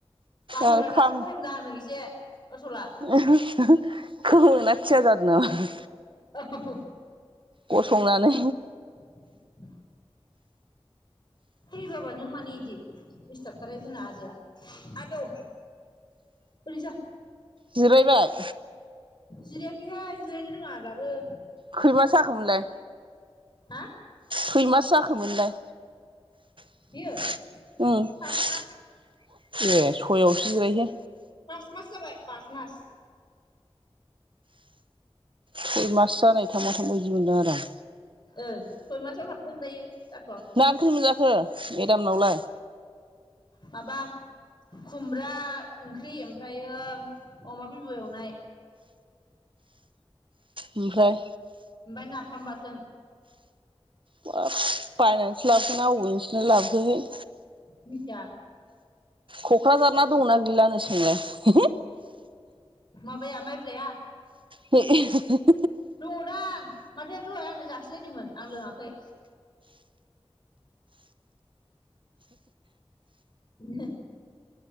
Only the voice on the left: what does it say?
बायोबा
दासो गरम जाहांदों एसे असला
<unintelligible>
<inaudible> है बाबा नों मानो इदि दिसथाबथारहाय जोंना आजाया। आदौ ओरैजा
जिरायाखैहाय जिरायनो रोङा दाबो
हा
बियो
पास मास
पास मास जाबाय पास मास
ओं सय मासाव हाबदों दायो। जाथ'वाखै
माबा खुमब्रा ओंख्रि ओमफ्रायो अमा बिबु एवनाय
ओमफ्राय नाफाम बाथोन
मिथिया
माबाया माइब्राया
दङ'दां माथो दहाय आंनो जासिलायदोंमोन आं लोङाखै <unintelligible>